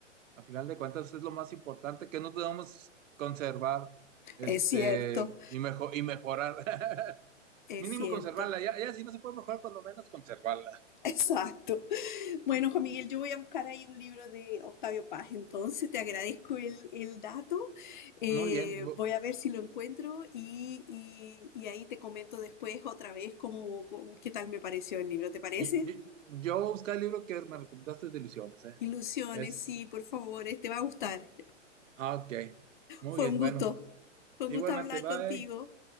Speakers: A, on the right; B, on the left.
A: Al final de cuentas es lo más importante que no debemos conservar, este,
B: Es cierto,
A: y, mejo- y mejorar. <laughs>
B: es
A: Mínimo
B: cierto.
A: conservarla, ya, ya si no se puede mejorar, cuando menos conservarla.
B: <laughs> Exacto. Bueno, Juan Miguel, yo voy a buscar ahí un libro de Octavio Paz, entonces te agradezco el, el dato. Eh,
A: Muy bien. Bu-
B: voy a ver si lo encuentro y, y- y ahí te comento después otra vez cómo, cómo- qué tal me pareció el libro, ¿te parece?
A: y- y- Yo voy a buscar el libro que me recomendaste de ilusiones, ¿eh?
B: Ilusiones,
A: Es.
B: sí, por favor, eh, te va a gustar.
A: Ah, ok. Muy
B: Fue
A: bien,
B: un gusto,
A: bueno.
B: fue un
A: Igualmente,
B: gusto hablar
A: bye.
B: contigo.